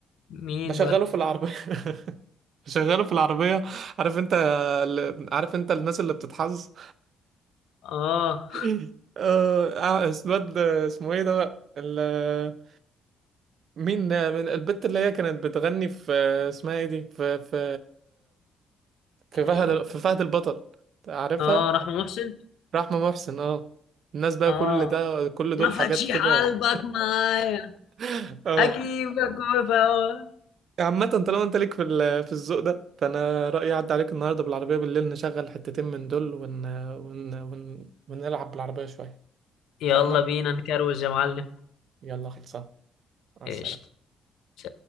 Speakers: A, on the left (about 80°); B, on the right (about 60°).
A: مين
B: بشغله
A: ده
B: في العربية <laughs> بشغله في العربية عارف انت ال- عارف انت الناس اللي بتتحظ
A: اه
B: <laughs> اه آه، اسمه اسمه ايه ده بقى ال- مين ده؟ من البت اللي هي كانت بتغني في اسمها ايه دي في في في فهد
A: إيه.
B: في فهد البطل عارفها
A: اه رحمة محسن
B: رحمة محسن اه الناس بقى
A: اه
B: كل ده كل دول
A: ما فتشي
B: حاجات كده
A: حلبك معايا
B: <laughs> اه
A: اجيبك وفوا
B: عامة طالما انت ليك في ال- في الذوق ده فانا رأيي اعدي عليك النهاردة بالعربية بالليل نشغل حتتين من دول ون ون ون ونلعب بالعربية شوية
A: يلا
B: اتفقنا
A: بينا نكروز يا معلم
B: يلا خلصان مع
A: ايش
B: السلامة
A: ش-